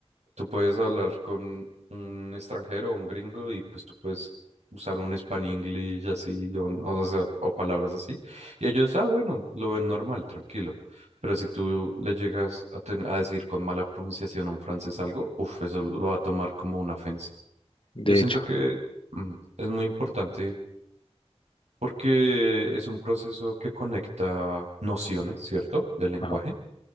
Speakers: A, on the right; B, on the left.
A: tú puedes hablar con un extranjero o un gringo y pues tú puedes usar un span English así o, o sea, o palabras así. Y ellos, ah, bueno, lo ven normal, tranquilo. Pero si tú le llegas a, ten- a decir con mala pronunciación a un francés algo, uff, eso lo va a tomar como una ofensa.
B: de
A: Yo siento
B: hecho,
A: que mm, es muy importante porque es un proceso que conecta nociones, ¿cierto?, del lenguaje.
B: ajá,